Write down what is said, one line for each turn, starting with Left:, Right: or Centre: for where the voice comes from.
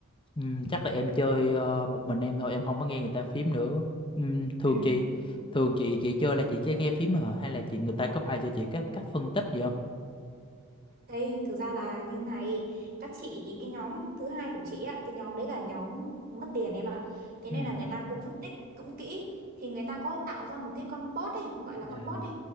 Left: ừm, chắc là em chơi ờ, một mình em thôi em không có nghe người ta phím nữa Ừm, thường
Right: Ừ.
Left: chị thường chị chị chơi là chị chỉ nghe phím hả hay là chị người ta có bài cho chị các cách phân tích gì không
Right: Thế thực ra là như này, các chị thì cái nhóm thứ hai của chị á, cái nhóm đấy là nhóm mất tiền em ạ. Thế
Left: Ừ.
Right: nên là người ta cũng phân tích cũng kỹ thì người ta có tạo ra một cái con bot ấy, gọi là
Left: dạ.
Right: con bot đi.